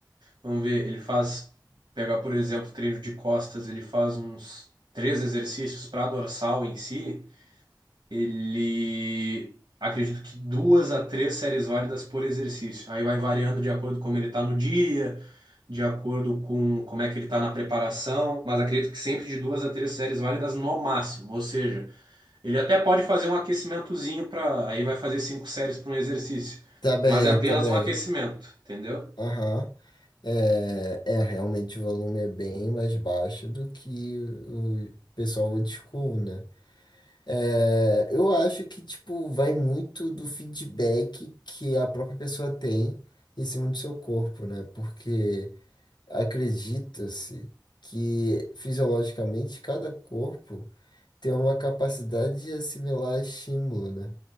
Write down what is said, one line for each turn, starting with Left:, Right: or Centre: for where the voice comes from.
Right: Vamos ver, ele faz, pegar por exemplo, treino de costas, ele faz uns três exercícios para dorsal em si. Ele acredito que duas a três séries válidas por exercício. Aí vai variando de acordo com como ele está no dia, de acordo com como é que ele está na preparação, mas acredito que sempre de duas a três séries válidas no máximo. Ou seja, ele até pode fazer um aquecimentozinho para, aí vai fazer cinco séries para um exercício,
Left: Tá bem,
Right: mas é apenas
Left: tá bem.
Right: um aquecimento, entendeu?
Left: Aham. É, é, realmente o volume é bem mais baixo do que o pessoal old school, né? É, eu acho que, tipo, vai muito do feedback que a própria pessoa tem em cima do seu corpo, né? Porque acredita-se que fisiologicamente cada corpo ter uma capacidade de assimilar estímulo, né?